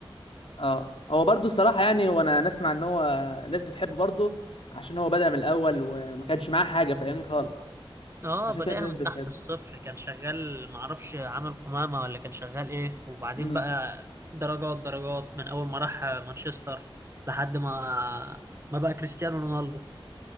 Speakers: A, on the left; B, on the right.
A: اه هو برضو الصراحه يعني هو انا نسمع ان هو الناس بتحبه برضو عشان هو بدأ من الاول وما كانش معاه حاجه فاهمني خالص
B: اه
A: عشان
B: بادئها
A: كده في ناس
B: من
A: بتحبه
B: تحت الصفر كان شغال معرفش عامل قمامة ولا كان شغال ايه وبعدين
A: امم
B: بقى درجات درجات من اول ما راح مانشستر لحد ما ما بقى كريستيانو رونالدو